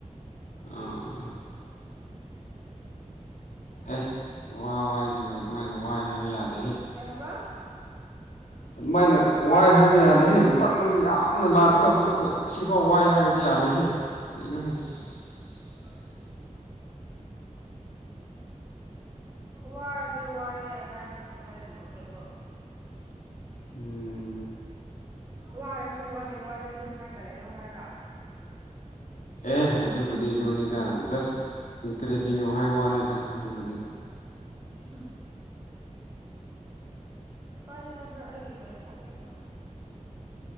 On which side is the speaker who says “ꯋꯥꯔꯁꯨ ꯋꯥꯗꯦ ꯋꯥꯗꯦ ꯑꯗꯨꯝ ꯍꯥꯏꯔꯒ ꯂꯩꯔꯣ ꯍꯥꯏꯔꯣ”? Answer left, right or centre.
Right